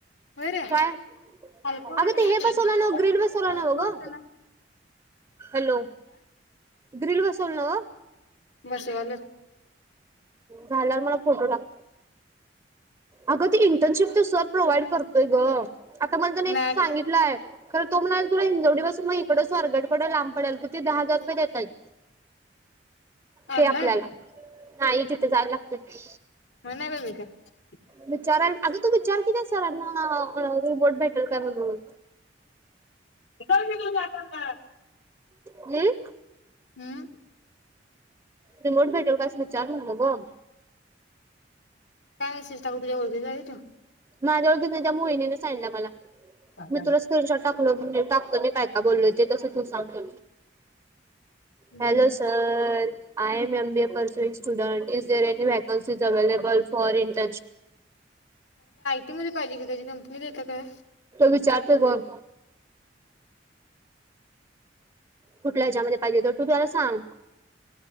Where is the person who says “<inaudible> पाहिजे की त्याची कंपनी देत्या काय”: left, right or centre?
Left